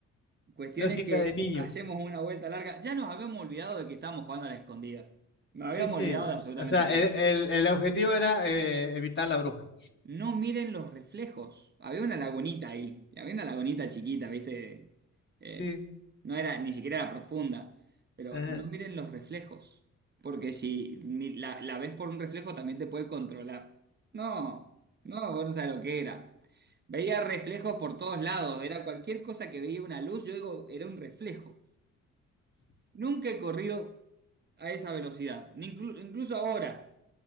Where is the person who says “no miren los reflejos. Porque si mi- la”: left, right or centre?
Right